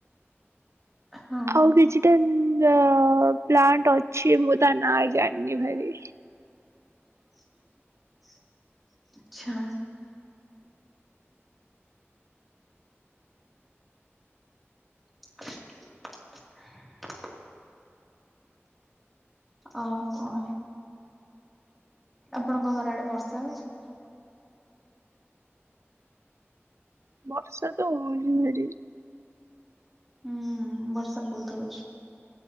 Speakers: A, in the centre; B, on the right.
A: ହଁ
B: ଆଉ କିଛିଟା ଅ ପ୍ଲାଣ୍ଟ ଅଛି ମୁଁ ତା ନାଁ ଜାଣିନି ଭାରି।
A: <inaudible> ଆଛା। <inaudible> ଆଉ କଣ? ଆପଣଙ୍କ ଘର ଆଡେ ବର୍ଷା ହଉଛି?
B: ବର୍ଷା ତ ହୋଉଛି ଭାରି।
A: ଉଁ ବର୍ଷା ବହୁତ ହଉଛି।